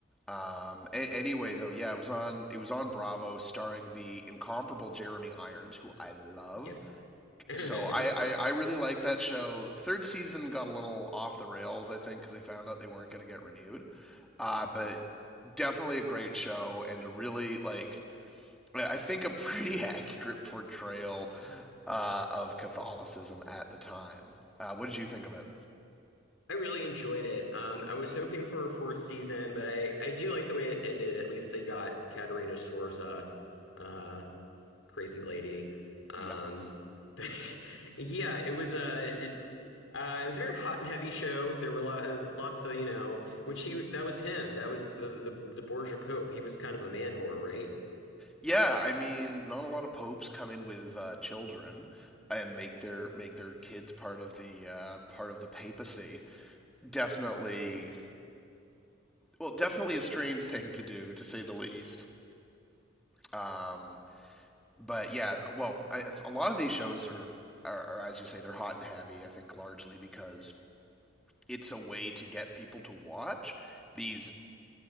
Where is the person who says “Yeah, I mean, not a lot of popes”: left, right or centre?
Centre